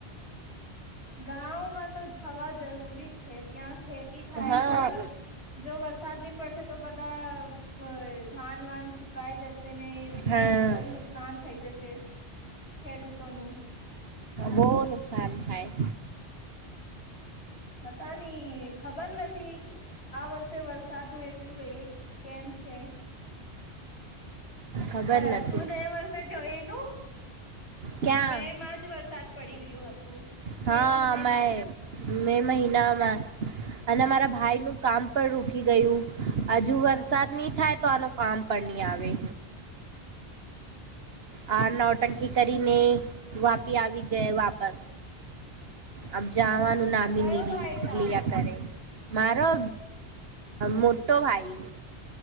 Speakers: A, on the left; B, on the right.
A: ગાંમાં તો જવા જરૂરી છે ત્યાં ખેતી થાય
B: હા
A: છે અગર જો વરસાદ નહી પડશે તો બધા ધાન વાન સુકાઈ જશે ને
B: હા
A: બહુ નુકસાન થઇ જશે ખેડૂતોનું.
B: બહુ નુકસાન થાય.
A: પતાની ખબર નથી. આ વર્ષે વરસાદનું એટલું કેમ છે.
B: ખબર
A: હ
B: નથી
A: તું ગયા વર્ષે જોયેલું
B: ક્યાં
A: મે માં જ વરસાદ પડી ગયો હતું મે
B: હા
A: મહિનામાં
B: અમે
A: જ.
B: મે મહિનામાં અને મારા ભાઈ નું કામ પણ રોકી ગયું. હજુ વરસાદ
A: હા
B: નહી થાય તો આનું કામ પણ નહી આવે. આ નવટંકી કરીને વાપી આવી ગય વાપસ આમ જવાનું નામીલી
A: કયો ભાઈ તારો
B: લ આ કરે. મારો મોટો ભાઈ.